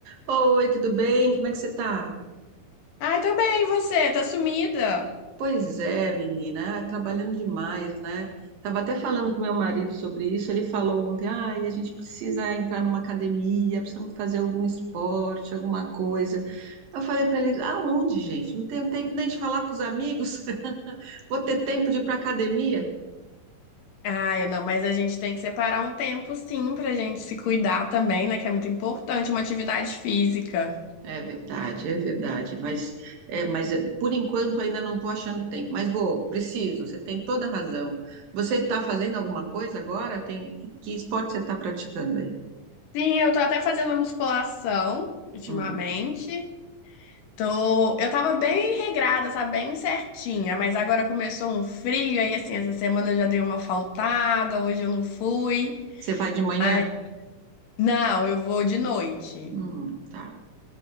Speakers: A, on the right (about 85°); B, on the left (about 75°).
A: Oi, tudo bem? Como é que você tá?
B: Ai, tô bem, e você? Tá sumida?
A: Pois é, menina, ah, trabalhando demais, né? Tava até falando com meu marido sobre isso. Ele falou ontem: ai, a gente precisa entrar numa academia, precisamos fazer algum esporte, alguma coisa. Eu falei pra ele: aonde, gente? Não tenho tempo nem de falar com os amigos. <laughs> Vou ter tempo de ir pra academia?
B: Ai, não, mas a gente tem que separar um tempo, sim, pra gente se cuidar também, né? Que é muito importante, uma atividade física.
A: É verdade, é verdade. Mas, é, mas é, por enquanto ainda não estou achando tempo. Mas vou, preciso. Você tem toda a razão. Você está fazendo alguma coisa agora? Tem que, que esporte você está praticando aí?
B: Sim, eu tô até fazendo a musculação ultimamente.
A: Uhum.
B: Tô... Eu tava bem regrada, sabe? Bem certinha, mas agora começou um frio, aí assim, essa semana eu já dei uma faltada, hoje eu não fui.
A: Você vai de manhã?
B: Ai, não, eu vou de noite.
A: Hum, tá.